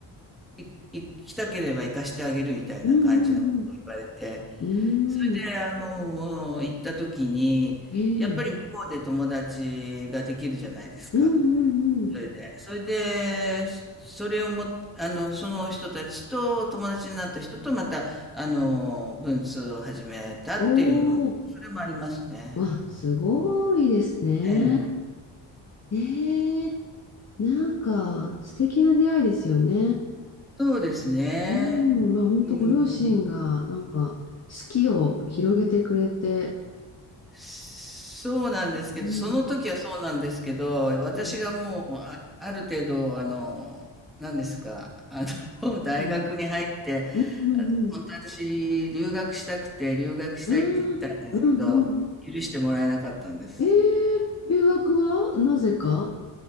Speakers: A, in the centre; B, on the left.
A: い行きたければ行かしてあげるみたいな感じのことを言われて、
B: うん、うん、うん、
A: それで、
B: うん、
A: あの、行った時に、
B: ええ、
A: やっぱり向こうで友達ができるじゃないですか。
B: うん、うん、うん、
A: それで、それで、それをも、あの、その人たちと、友達になった人と、また、あの、文通を始めたっていうのそれもありますね。
B: おおわ、すごいですね。
A: ええ。
B: ええ、なんか素敵な出会いですよね。
A: そうですね。
B: うん、まあ本当ご両親がなんか好きを広げてくれて、
A: うん。そうなんですけど、
B: うん、
A: その時はそうなんですけど、
B: うん、
A: 私がもう、あ、ある程度、あの、何ですか、あの、<laughs> 大学に入って、
B: うん、うん、
A: あ本当は私、留学したくて、留学したいって言ったんですけど、
B: うん、ああ、うん、うん、うん。
A: 許してもらえなかったんです。
B: ええ留学はなぜか